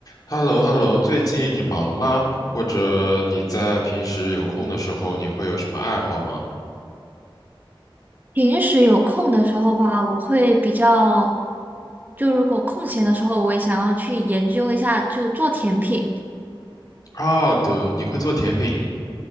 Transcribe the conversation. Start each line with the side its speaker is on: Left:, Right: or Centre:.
Left: h e l l o h e l l o 最近你忙吗？或者你在平时有空的时候，你会有什么爱好吗？
Right: 平时有空的时候吧，我会比较，就如果空闲的时候，我也想要去研究一下，就做甜品。
Left: 啊，对，你会做甜品，